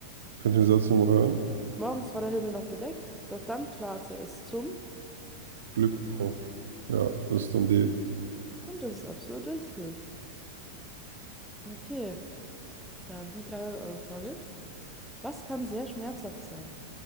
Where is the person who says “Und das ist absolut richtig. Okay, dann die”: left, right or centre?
Centre